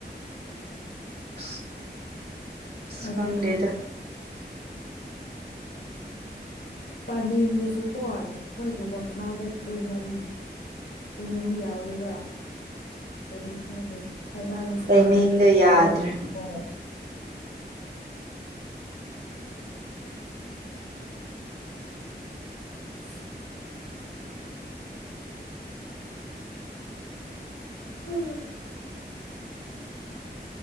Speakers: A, on the left; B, on the right.
A: <inaudible>
B: <unintelligible> ꯑꯁ‌
A: ꯑꯗꯨꯅꯦ
B: ꯈꯪꯗꯦꯗ
A: ꯄꯥꯅꯤꯡꯉꯁꯨꯀꯣ ꯑꯩꯈꯣꯏꯒꯤ ꯋꯥꯈꯜꯗ ꯀꯩꯅꯣꯝ ꯀꯩꯅꯣꯝ ꯌꯥꯎꯋꯦꯕ ꯀꯔꯤꯅꯣ ꯈꯪꯗꯦ ꯐꯖꯅꯁꯨ
B: ꯇꯥꯏꯃꯤꯡꯗꯣ
A: ꯇꯨꯝꯗ꯭ꯔꯦ
B: ꯌꯥꯗ꯭ꯔꯦ
A: ꯍꯣꯏ <inaudible> <unintelligible> ꯍꯥ